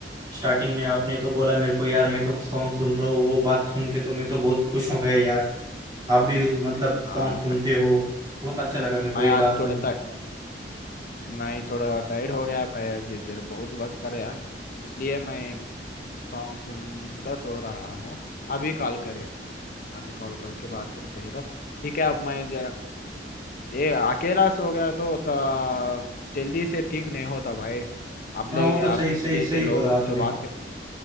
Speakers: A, on the right; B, on the left.
A: स्टार्टिंग में आपने तो बोला मेरे
B: हाँ
A: को यार
B: भाई
A: मैं तो सॉन्ग सुन रहा हूँ वो बात सुन के तो मैं तो बहुत खुश हो गया यार आप भी मतलब
B: हाँ
A: सॉन्ग सुनते
B: भाई
A: हो बहुत अच्छा लगा मेरे को
B: मैं
A: ये
B: आज
A: बात
B: थोड़ा
A: सुन
B: था मैं थोड़ा टायर्ड हो गया भाई जी जरा बहुत वक्त कर रहा इसलिए मैं सॉन्ग सुनता सो रहा हूँ अभी कॉल करे अभी कॉल करके बात करते हैं तो ठीक है अब मैं जरा ये अकेला सो गया तो, तो जल्दी से ठीक नहीं होता भाई अब
A: हाँ
B: ले
A: वो तो
B: अब
A: सही सही
B: जैसे
A: सही
B: लोगों
A: बोला आपने
B: से बात कर